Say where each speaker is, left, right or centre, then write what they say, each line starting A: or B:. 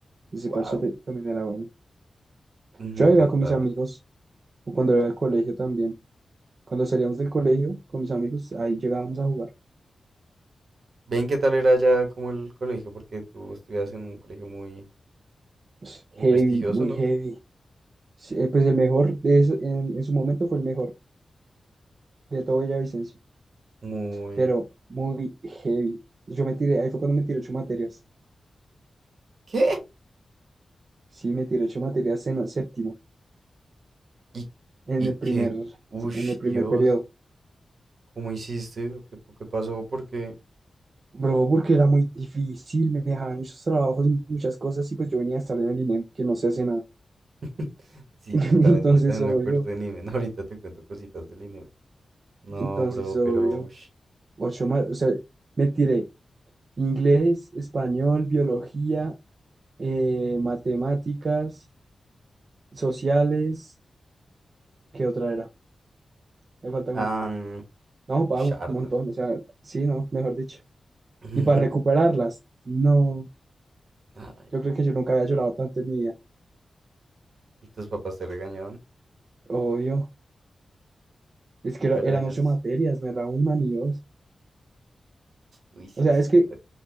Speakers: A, on the right; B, on the right.
A: ese
B: Wow,
A: parche te- también era bueno.
B: me
A: Yo
B: encantaba.
A: iba con mis amigos, o cuando era del colegio también. Cuando salíamos del colegio con mis amigos, ahí llegábamos a jugar.
B: Ven qué tal era ya como el colegio, porque tú estudias en un colegio muy,
A: Pues,
B: muy
A: heavy,
B: prestigioso,
A: muy
B: ¿no?
A: heavy. Sí, eh, Pues el mejor de eso, en, en su momento fue el mejor de todo Villavicencio,
B: Muy...
A: pero muy heavy. Yo me tiré, ahí fue cuando me tiré ocho materias.
B: ¿Qué?
A: Sí, me tiré ocho materias en el séptimo,
B: Y,
A: en
B: y
A: el
B: que...
A: primer,
B: Uy,
A: en el primer
B: Dios.
A: periodo.
B: ¿Cómo hiciste? ¿O qué, po- qué pasó? Porque
A: Bro, porque era muy difícil, me dejaban muchos trabajos y muchas cosas y pues yo venía a estar en el INEM que no se hace nada.
B: <laughs> sí,
A: <laughs>
B: totalmente.
A: Entonces,
B: Yo también me
A: obvio,
B: acuerdo del Nimen. <laughs> Ahorita te cuento cositas del Nimen. No,
A: entonces,
B: bro,
A: obvio,
B: pero. ush,
A: ocho más, o sea, me tiré inglés, español, biología, eh, matemáticas, sociales, ¿qué otra era? Me falta una.
B: Ah,
A: No, pago
B: ush, harto.
A: un montón, o sea, sí, no, mejor dicho.
B: <laughs>
A: Y para recuperarlas, no,
B: Ay,
A: yo creo que yo nunca había llorado tanto en mi vida,
B: y tus papás te regañaban,
A: obvio. Es que era-
B: pero
A: eran
B: ellos.
A: ocho materias, no era una ni dos.
B: Uy, sí,
A: O sea,
B: suave.
A: es que